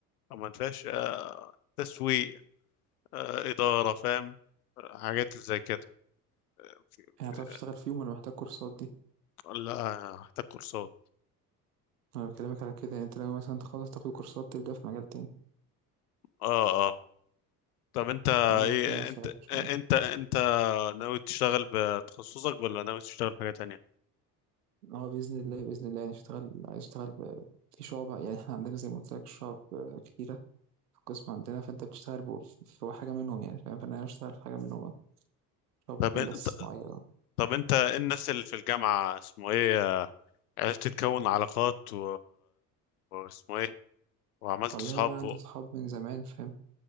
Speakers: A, on the left; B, on the right.
A: لو ما فيهاش آه، تسويق آه، إدارة فاهم آه، حاجات زي كده في-
B: يعني
A: في-
B: هتعرف تشتغل فيهم والّا محتاج كورسات دي؟
A: لا هحتاج كورسات
B: أنا باكلمك على كده يعني أنت ناوي مثلًا تخلّص تاخد كورسات تبدأ في مجال تاني.
A: اه اه طب انت
B: قال له
A: ايه
B: ربنا يوفقك
A: انت
B: إن شاء
A: انت
B: الله.
A: انت ناوي تشتغل بتخصصك ولا ناوي تشتغل بحاجة تانية
B: هو بإذن الله، بإذن الله يعني اشتغل عايز اشتغل ب في شُعب يعني إحنا عندنا زي ما قُلت لك شُعب آه، كتيرة في القسم عندنا، فأنت بتشتغل ب في حاجة منهم يعني فاهم، فأنا عايز اشتغل في حاجة منهم بقى، شُعبة
A: طب
B: هندسة
A: انت
B: صناعية.
A: طب انت إيه الناس اللي في الجامعة اسمه ايه آه، عرفت تكون علاقات و... واسمه ايه وعملت
B: والله
A: صحاب
B: هو أنا عندي
A: و...
B: صحاب من زمان فاهم،